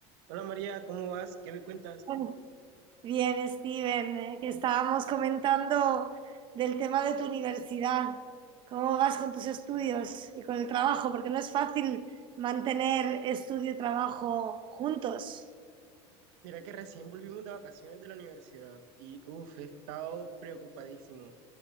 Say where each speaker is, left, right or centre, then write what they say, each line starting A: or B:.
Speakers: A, on the right (about 70°); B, on the right (about 35°).
A: Hola María, ¿cómo vas? ¿Qué me cuentas?
B: Bueno, Bien, Steven, eh, que estábamos comentando del tema de tu universidad. ¿Cómo vas con tus estudios y con el trabajo? Porque no es fácil mantener estudio y trabajo juntos.
A: Mira que recién volvimos de vacaciones de la universidad y uff, he estado preocupadísimo